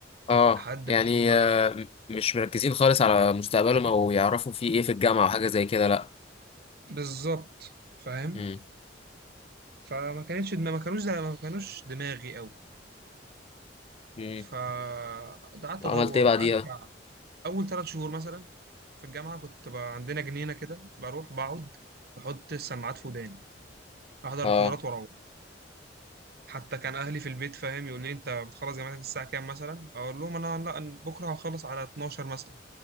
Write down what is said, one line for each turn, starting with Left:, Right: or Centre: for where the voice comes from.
Left: اه
Right: لحد بقى
Left: يعني
Right: ما
Left: آه، م- مش مركزين خالص على مستقبلهم او يعرفوا في ايه في الجامعه او حاجه زي كده لا
Right: بالظبط فاهم
Left: امم
Right: فما كانتش دماغي ما كانوش ما كانوش دماغي قوي
Left: امم
Right: فقعدت
Left: وعملت
Right: ادور
Left: ايه بعديها
Right: قعدت بتاع اول ثلاث شهور مثلا في الجامعه كنت بقى عندنا جنينه كده بروح بقعد بحط السماعات في وداني احضر
Left: اه
Right: محاضرات واروح حتى كان اهلي في البيت فاهم يقول لي انت بتخلص جامعتك الساعه كام مثلا اقول لهم انا لا أنا بكره هخلص على 12 مثلا